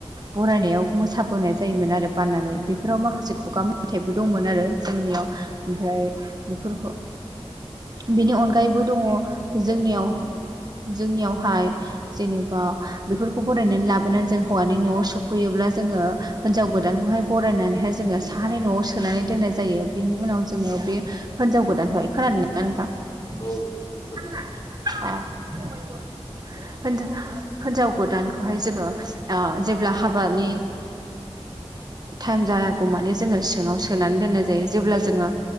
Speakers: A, on the right; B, on the left.
A: बरायनायाव मोसाबोनाय जायोमोन आरो बाननानै बेफोराव माखासे खुगा मेथाइबो दंमोन आरो जोंनियाव ओमफ्राय बेफोरखौ बिनि अनगायैबो दङ जोंनियाव जोंनियावहाय जेनेबा बेफोरखौ बरायनानै लाबोनानै जों हौवानि न'आव सफैयोब्ला जोङो हिनजाव गोदानखौहाय बरायनानैहाय जोङो साहानि न'आव सोनानै दोननाय जायो बिनि उनाव जोङो बे हिनजाव गोदानखौहाय खोनादोंना नोंथां <unintelligible>
B: औ नोंथां खोनागासिनो
A: हिन्जाव गोदानखौहाय ओ जोङो जेब्ला हाबानि टाइम जायागौ माने जोङो सिङाव सोनानै दोननाय जायो जेब्ला जोङो